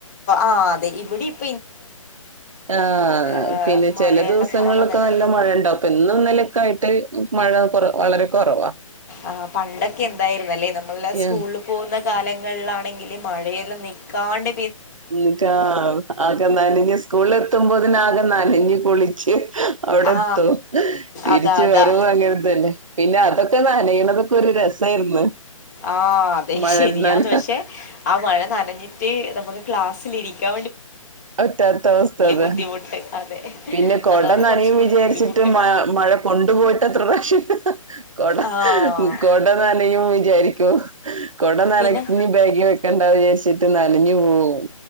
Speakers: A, on the left; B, on the right.
A: ആ് അതെ ഇവിടെ ഇ
B: ആഹ്
A: ആ,
B: പിന്നെ
A: മഴയെല്ലാം
B: ചില ദിവസങ്ങളിലൊക്കെ
A: കുറവ് തന്നെ
B: നല്ല മഴ ഉണ്ടാവും അപ്പൊ എന്നന്നലൊക്കെ ആയിട്ട് മഴ കൊറ വളരെ കുറവാ
A: ആ് പണ്ടൊക്കെ എന്തായിുന്ന അല്ലെ നമ്മളുടെ സ്കൂളിൽ
B: ആഹ്
A: പോകുന്ന കാലങ്ങളിലാണെങ്കില് മഴയെല്ലാം നക്കാണ്ട്
B: നിിക്കാ ആകെ നനഞ്ഞ സ്കൂള എത്തുമ്പോ തന്നെ ആകെ നനഞ്ഞ് കുളിച്ച് അവിടെ
A: ആ
B: എത്തും തിരിച്ച്
A: അതാ അതാ
B: വരവു അങ്ങനെതനെ പിന്നെ അതൊക്കെ നനയണതൊക്കെ ഒരു രസായിരുന്നു
A: ആ അതെ
B: മഴയത്ത്
A: ശരിയാന്ന്
B: നന
A: പക്ഷെ ആ മഴ നനഞ്ഞിട്ട് നമുക്ക് ക്ലാസ്സിലിരിക്കാം
B: പറ്റാത്ത അവസ്ഥ അത്
A: ബുദ്ധിമുട്ട് അതെ
B: പിന്നെ കൊടന്നനിയും
A: അതാണ് കുറച്ചും കൂടെ
B: വിചാരിച്ചിട്ട്
A: ബുദ്ധിമുട്ട്
B: മ മഴ കൊണ്ടുപോയിട്ട് അത്ര പ്രക്ഷ കൊട
A: ആഹ്
B: കൊട നനയും വിചാരിക്കൂ ഉ <unintelligible> കൊടനരത്തിന്
A: പിന്നെ
B: ബാഗി വെക്കാൻ വിജാചിട്ട് നനഞ്ഞു പോവും